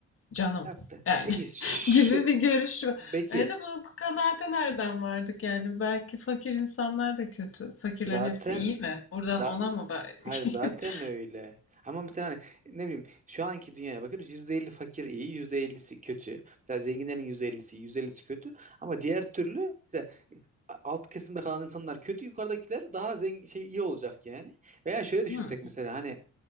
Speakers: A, on the left; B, on the right.
A: canım
B: Ya
A: yani
B: Peki ş-
A: <laughs> gibi bir görüş var.
B: peki
A: E de bu kanaate nereden vardık yani? Belki fakir insanlar da kötü. Fakirlerin
B: zaten
A: hepsi iyi mi? Buradan
B: Za-
A: ona mı belki?
B: Hayır zaten
A: <laughs>
B: öyle. Ama mesela hani ne bileyim şu anki dünyaya bakıyoruz %50 fakir iyi, %50'si kötü. Mesela zenginlerin %50'si iyi, %50'si kötü. Ama diğer türlü mesela e, alt kesimde kalan insanlar kötü, yukarıdakiler daha zengin şey iyi olacak yani. Veya şöyle düşünsek
A: Hmm.
B: mesela hani